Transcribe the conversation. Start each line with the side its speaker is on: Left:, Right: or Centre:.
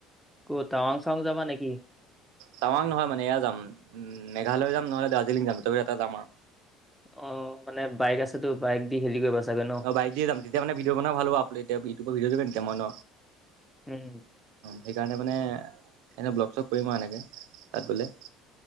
Centre: ক'ত টাৱাং চাং যাবা নেকি?
Right: টাৱাং নহয় মানে, এয়া যাম, মেঘালয় যাম নহ'লে দাৰ্জিলিং যাম, দুটা ভিতৰত এটা যাম আৰু।
Centre: অ', মানে বাইক আছেতো, বাইক দি হেৰি কৰিবা চাগৈ ন।
Right: অ', বাইক দি যাম, তেতিয়া মানে ভিডঅ' বনোৱা ভাল হব, আপ এতিয়া ইউটিউবত ভিডিঅ দিব পাৰিম তেতিয়া মই ন।
Centre: উম।
Right: সেইকাৰণে মানে এনেই ব্লগ চক কৰিম আৰু এনেকে, তাত গ'লে।